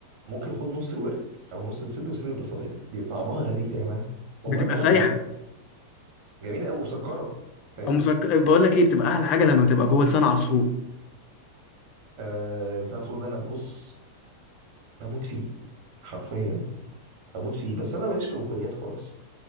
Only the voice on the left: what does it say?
بتبقى
سايحه
او مسك... بقول لك ايه بتبقى احلى حاجه لما تبقى جوه لسان عصفور